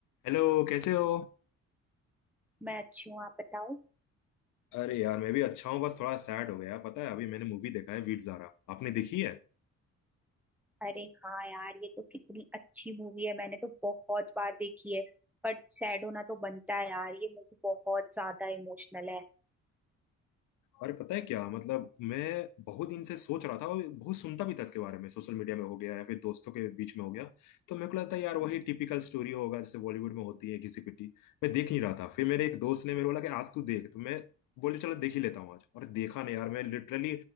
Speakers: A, on the left (about 85°); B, in the centre.
A: हेलो कैसे हो
B: मैं अच्छी हूँ आप बताओ
A: अरे यार मैं भी अच्छा हूँ बस थोड़ा सैड हो गया पता है अभी मैंने मूवी देखा है वीर ज़ारा आपने देखी है
B: अरे हाँ यार ये तो कितनी अच्छी मूवी है मैंने तो बहुत बार देखी है बट सैड होना तो बनता है यार ये मूवी बहुत ज्यादा इमोशनल है
A: अरे पता है क्या मतलब मैं बहुत दिन से सोच रहा था और बहुत सुनता भी था इसके बारे में सोशल मीडिया में हो गया या फिर दोस्तों के बीच में हो गया तो मेरे को लगता है यार वही टिपिकल स्टोरी होगा जैसे बॉलीवुड में होती है घिसी पिटी मैं देख नहीं रहा था फिर मेरे एक दोस्त ने मेरे को बोला कि आज तू देख तो मैं बोले चलो देख ही लेता हूँ आज और देखा नहीं यार मैं लिटरली